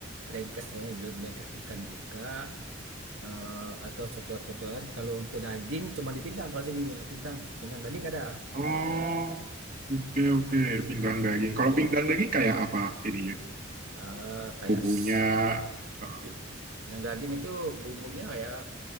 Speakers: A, on the right; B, on the right.
A: brengkes brengkes ikan juga eh, atau cocor-cocoran kalau untuk daging cuma di Pintang kalau sini ya Pintang Pintang daging ada
B: Oh, oke oke, pinggang
A: nah,
B: daging. Kalau
A: pin,
B: pinggang daging kayak apa ininya?
A: eh, kayak
B: Bumbunya?
A: s-
B: eh,
A: pi- Pintang daging itu bumbunya kayak